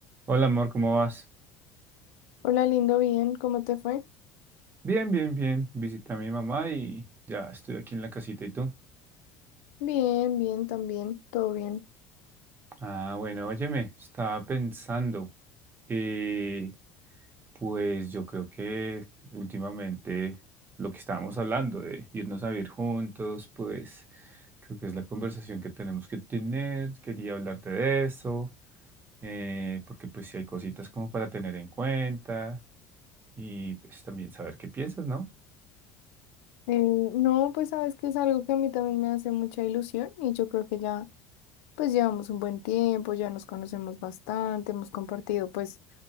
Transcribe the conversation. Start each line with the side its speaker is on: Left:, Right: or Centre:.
Right: Hola amor, ¿cómo vas?
Left: Hola, lindo, bien, ¿cómo te fue?
Right: Bien, bien, bien. Visité a mi mamá y ya estoy aquí en la casita. ¿Y tú?
Left: Bien, bien, también, todo bien.
Right: Ah, bueno, óyeme, estaba pensando. eh, pues yo creo que últimamente lo que estábamos hablando de irnos a vivir juntos, pues creo que es la conversación que tenemos que tener. Quería hablarte de eso, eh, porque pues sí hay cositas como para tener en cuenta y pues también saber qué piensas, ¿no?
Left: Eh, no, pues sabes que es algo que a mí también me hace mucha ilusión y yo creo que ya, pues llevamos un buen tiempo, ya nos conocemos bastante, hemos compartido pues